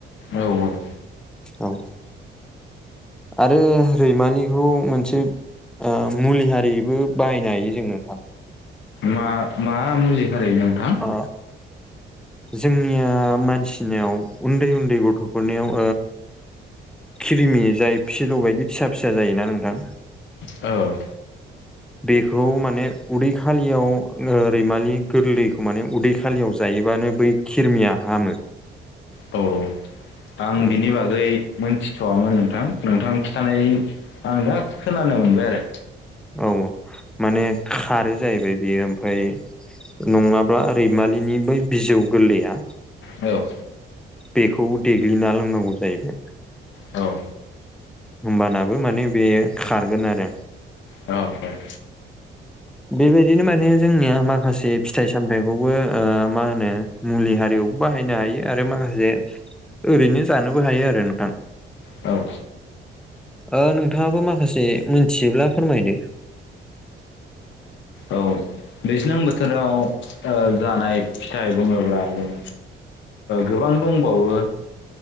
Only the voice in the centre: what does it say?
औ आरो रैमलिखौ मोनसे। मुलि हारिबो बाहायनो हायो जों नोंथां।
द जोंनिया मानसिनियाव उन्दै उन्दै गथ'फोरनियाव खिरिमि जाय फिलौ बायदि फिसा फिसा जायोना नोंथां
बेखौ माने उदै खालियाव ओरैमालि गोरलैखौ माने उदै खालियाव जायोबानो बै खिरमिया हामो।
औ
औ माने खारो जाहैबाय बियो ओमफ्राय नङाब्ला रैमालिनि बै बिजौ गोरलैया
बेखौ देग्लिना लोंनांगौ जाहैबाय
होमबानाबो माने बेयो खारगोन आरो
बेबायदिनो माने जोंनिया माखासे फिथाइ सामथायाइखौबो मा होनो मुलि हारियावबो बाहायनो हायो आरो माखासे ओरैनो जानोबो हायो आरो नोंथां।
ओ नोंथाङाबो माखासे मिथियोब्ला फोरमायदो